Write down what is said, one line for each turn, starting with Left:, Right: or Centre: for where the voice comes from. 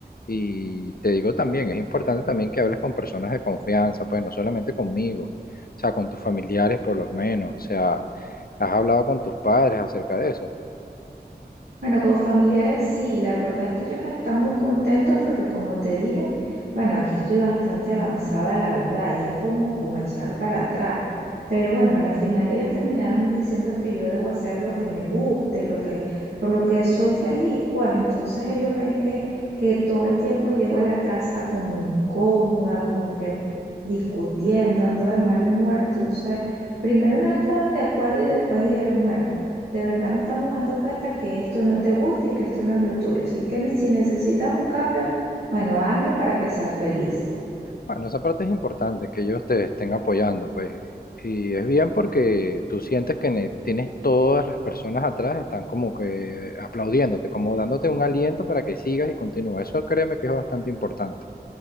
Left: Y te digo también, es importante también que hables con personas de confianza, pues no solamente conmigo, o sea, con tus familiares por lo menos, o sea, has hablado con tus padres acerca de eso.
Right: Bueno, con familiares sí, la verdad es que ellos no están muy contentos porque como te dije, bueno, aquí estoy bastante avanzada, la verdad, y es como, como echar para atrás. Pero bueno, a la final ellos terminaron diciendo que yo debo hacer lo que me guste, lo que, por lo que soy feliz, pues entonces ellos ven que, que todo el tiempo llego a la casa como incómoda, como que discutiendo, ando de mal humor, entonces primero no estaban de acuerdo y después dijeron, bueno de verdad nos estamos dando cuenta que esto no te gusta y que esto no es lo tuyo. Así que ne- si necesitas un cambio, bueno, hazlo para que seas feliz.
Left: Bueno, esa parte es importante, que ellos te estén apoyando, pues. Y es bien porque tú sientes que ne- tienes todas las personas atrás, están como que aplaudiéndote, como dándote un aliento para que sigas y continúes. Eso créeme que es bastante importante.